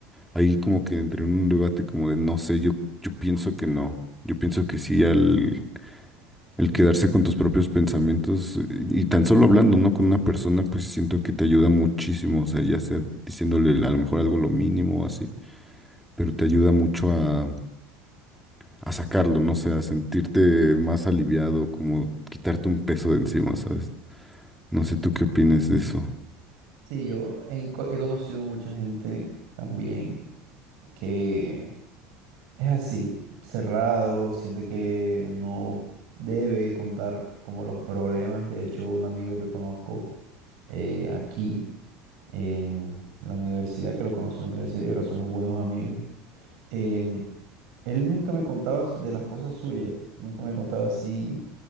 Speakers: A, in the centre; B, on the right.
A: ahí como que entré en un debate como de no sé, yo, yo pienso que no. Yo pienso que sí, al, el quedarse con tus propios pensamientos eh, y tan solo hablando, ¿no? Con una persona, pues siento que te ayuda muchísimo. O sea, ya sea diciéndole a lo mejor algo lo mínimo o así, pero te ayuda mucho a, a sacarlo, no sé, a sentirte más aliviado, como quitarte un peso de encima, ¿sabes? No sé tú qué opinas de eso.
B: Sí, yo he, enco- he conocido mucha gente también que es así, cerrado, siente que no debe contar como los problemas. De hecho, un amigo que conozco eh, aquí en la universidad, que lo conocí en la universidad y ahora somos buenos amigos, em, Él nunca me contaba de las cosas suyas, nunca me contaba así